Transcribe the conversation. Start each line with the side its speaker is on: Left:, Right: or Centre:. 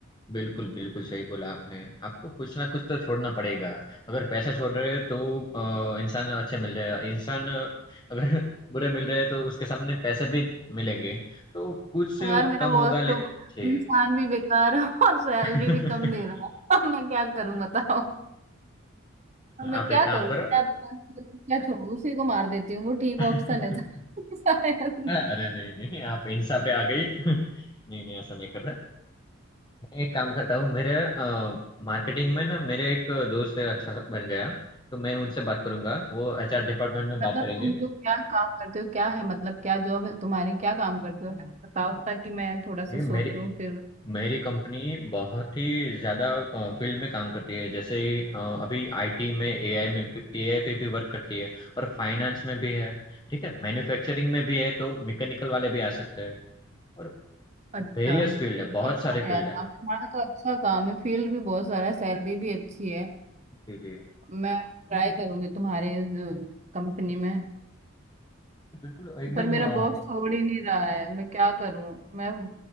Left: बिल्कुल बिल्कुल सही बोला आपने आपको कुछ ना कुछ तो छोड़ना पड़ेगा अगर पैसा छोड़ रहे हो तो अ, इंसान अच्छे मिल रहे हैं इंसान अ, अगर बुरे मिल रहे हैं तो उसके सामने पैसे भी मिलेंगे तो कुछ
Right: है यार मेरा
Left: कम
Right: बॉस
Left: होगा लेकिन
Right: तो
Left: जी
Right: इंसान भी बेकार है <laughs> और सैलरी
Left: <laughs>
Right: भी कम दे रहा है अब मैं क्या करूं बताओ अब मैं
Left: आप
Right: क्या
Left: एक काम
Right: करूं
Left: करो
Right: क्या बेकार करूं, क्या छोड़ू उसी को मार देती हूँ वो ठीक
Left: <laughs>
Right: ऑप्शन है <laughs> शायद
Left: अरे नहीं नहीं आप इंसान पे आ गई <laughs> नहीं नहीं ऐसा नहीं करते एक काम करता हूँ मेरे मार्केटिंग में ना मेरे एक दोस्त है अच्छा सा बन गया तो मैं उनसे बात करूंगा वो एचआर डिपार्टमेंट में बात
Right: मतलब
Left: करेंगे
Right: तुम लोग क्या काम करते हो क्या है मतलब क्या जॉब है तुम्हारी क्या काम करते हो बताओ ताकि मैं थोड़ा सा
Left: ये
Right: सोचूं
Left: मेरी
Right: फिर
Left: मेरी कंपनी बहुत ही ज्यादा फील्ड में काम करती है जैसे ही, अ, अभी आईटी में एआई में एआई पे भी वर्क करती है और फाइनेंस में भी है ठीक है मैन्युफैक्चरिंग में भी है तो मैकेनिकल वाले भी आ सकते हैं और
Right: अच्छा
Left: वेरियस फील्ड है बहुत
Right: अच्छा
Left: सारे
Right: है
Left: फील्ड
Right: यार काम
Left: है
Right: तुम्हारा तो अच्छा काम है फील्ड भी बहुत सारा है सैलरी भी अच्छी है
Left: जी जी
Right: मैं ट्राई करूंगी तुम्हारे कंपनी में
Left: बिल्कुल एकदम
Right: पर मेरा
Left: अ,
Right: बॉस छोड़ ही नहीं रहा है मैं क्या करूं मैं